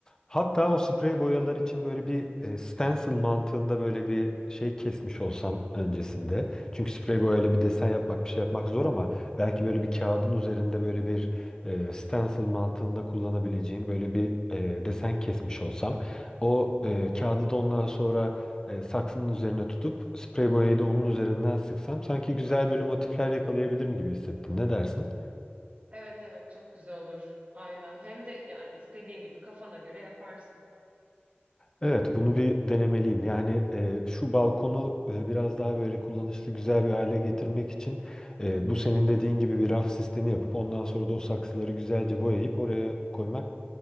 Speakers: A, on the left; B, on the right.
A: Hatta o sprey boyalar için böyle bir e, stencil mantığında böyle bir şey kesmiş olsam öncesinde. Çünkü sprey boyayla bir desen yapmak, bir şey yapmak zor ama belki böyle bir kağıdın üzerinde böyle bir e, stencil mantığında kullanabileceğim böyle bir e, desen kesmiş olsam. O e, kağıdı da ondan sonra e, saksının üzerine tutup sprey boyayı da onun üzerinden sıksam sanki güzel böyle motifler yakalayabilirim gibi hissettim. Ne dersin?
B: Evet evet çok güzel olur. Aynen. Hem de yani istediğin gibi kafana göre yaparsın.
A: Evet, bunu bir denemeliyim. Yani e, şu balkonu e, biraz daha böyle kullanışlı, güzel bir hale getirmek için e, bu senin dediğin gibi bir raf sistemi yapıp ondan sonra da o saksıları güzelce boyayıp oraya koymak